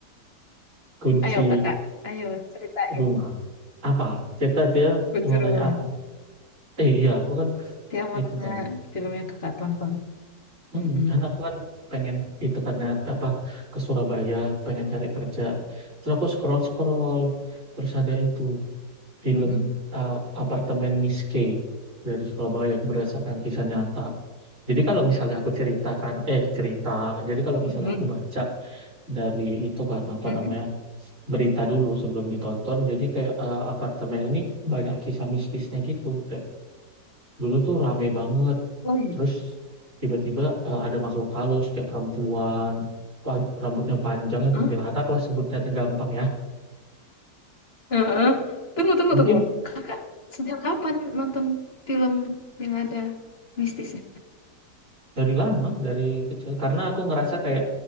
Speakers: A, on the right; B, on the left.
A: Kunci
B: Ayo kakak, ayo ceritain
A: rumah. Apa? Cita-cita
B: kunci
A: mau
B: rumah.
A: nanya apa? Eh iya, aku kan
B: Dia mau
A: itu
B: tanya
A: kan.
B: film yang kakak tonton.
A: mm
B: Mm-mm.
A: kan aku kan pengen itu kan ya, apa ke Surabaya, pengen cari kerja. Terus aku scroll-scroll, terus ada itu. film
B: Mm-mm.
A: uh, Apartemen Miss K dari Surabaya berdasarkan kisah nyata. Jadi kalau misalnya aku ceritakan, eh cerita, jadi kalau misalnya
B: Mm-mm.
A: aku baca dari itu kan apa
B: Mm-mm.
A: namanya berita dulu sebelum ditonton, jadi kayak eh, apartemen ini banyak kisah mistisnya gitu. Kayak dulu tuh rame banget,
B: Oh iya.
A: terus tiba-tiba eh, ada makhluk halus kayak perempuan, pa- rambutnya panjang ya kuntilanak
B: Hah?
A: lah sebutnya yang gampang ya.
B: Eh, Tunggu, tunggu,
A: Mungkin
B: tunggu. Kakak sejak kapan nonton film yang ada mistisnya?
A: Dari lama, dari kecil. Karena aku ngerasa kayak